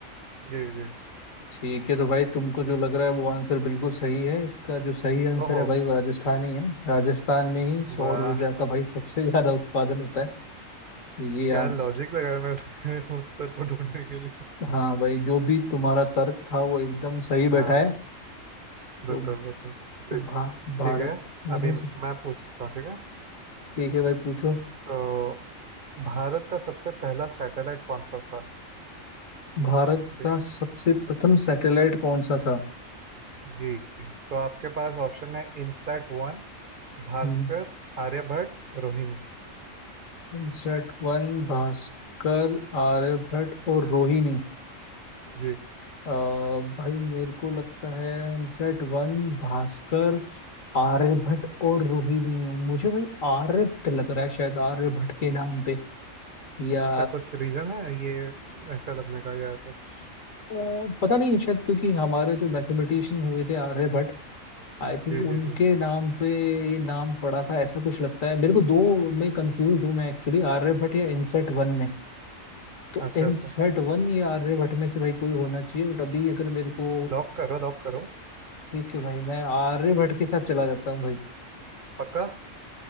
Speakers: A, on the right; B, on the left.
A: जी जी
B: ठीक है तो भाई तुमको जो लग रहा है वो आंसर बिल्कुल सही है इसका जो सही आंसर
A: ओहो
B: है भाई वो राजस्थान ही है राजस्थान में ही सौर
A: वाह
B: ऊर्जा का भाई सबसे <laughs> ज्यादा उत्पादन होता है तो ये
A: क्या
B: आंसर
A: लॉजिक लगाया मैं <laughs> उत्तर को ढूंढने के लिए
B: हाँ भाई जो भी तुम्हारा तर्क था वो एकदम सही बैठा
A: हाँ
B: है
A: बिल्कुल
B: तो
A: बिल्कुल
B: तो भा, भारत
A: ठीक है
B: में
A: अभी
B: ही सब-
A: मैं पूछता हूँ ठीक है
B: ठीक है भाई पूछो
A: तो भारत का सबसे पहला सैटेलाइट कौन सा था
B: भारत
A: ठीक
B: का
A: है
B: सबसे प्रथम सैटेलाइट कौन सा था
A: जी तो आपके पास ऑप्शन है इनसैट वन भास्कर
B: हम्म,
A: आर्यभट्ट रोहिणी
B: इनसेट वन भास्कर आर्यभट्ट और रोहिणी
A: जी
B: अ, भाई मेरे को लगता है सेट वन भास्कर आर्यभट्ट और रोहिणी मुझे भाई आर्यभट्ट लग रहा है शायद आर्यभट्ट के नाम पे या
A: अच्छा कुछ रीजन है ये ऐसा लगने का या कुछ
B: अ, पता नहीं शायद क्योंकि हमारे जो मैथमेटिशियन हुए थे आर्यभट्ट आई थिंक
A: जी
B: उनके
A: जी जी
B: नाम पे ये नाम पड़ा था ऐसा कुछ लगता है मेरे को दो में कंफ्यूज हूँ मैं एक्चुअली आर्यभट्ट या इनसेट वन में तो
A: अच्छा
B: इनसेट
A: अच्छा
B: वन या आर्यभट्ट में से भाई कोई होना चाहिए बट अभी अगर मेरे को
A: लॉक करो लॉक करो
B: ठीक है भाई मैं आर्यभट्ट के साथ चला जाता हूँ भाई
A: पक्का